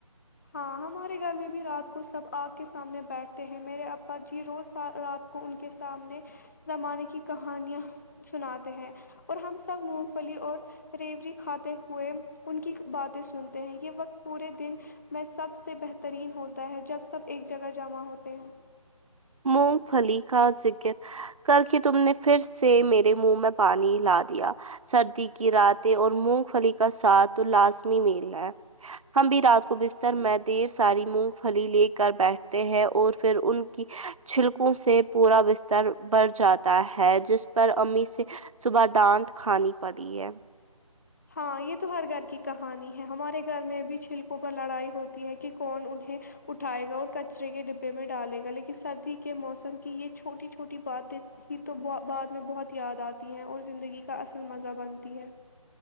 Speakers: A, on the left; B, on the right.
A: ہاں ہمارے گھر میں بھی رات کو سب آگ کے سامنے بیٹھتے ہیں میرے ابا جی روز رات کو ان کے سامنے زمانے کی کہانیاں سناتے ہیں اور ہم سب مونگ پھلی اور ریوڑی کھاتے ہوئے ان کی باتیں سنتے ہیں یہ وقت پورے دن میں سب سے بہترین ہوتا ہے جب سب ایک جگہ جمع ہوتے ہیں
B: مونگ پھلی کا ذکر کر کے تم نے پھر سے میرے منہ میں پانی لا دیا سردی کی راتیں اور مونگ پھلی کا ساتھ تو لازمی میل ہے ہم بھی رات کو بستر میں ڈھیر ساری مونگ پھلی لے کر بیٹھتے ہیں اور پھر ان کی چھلکوں سے پورا بستر بھر جاتا ہے جس پر امی سے صبح ڈانٹ کھانی پڑی ہے
A: ہاں یہ تو ہر گھر کی کہانی ہے ہمارے گھر میں بھی چھلکوں پر لڑائی ہوتی ہے کہ کون انہیں اٹھائے گا اور کچرے کے ڈبے میں ڈالے گا لیکن سردی کے موسم کی یہ چھوٹی چھوٹی باتیں ہی تو بعد میں بہت یاد آتی ہیں اور زندگی کا اصل مزہ بنتی ہے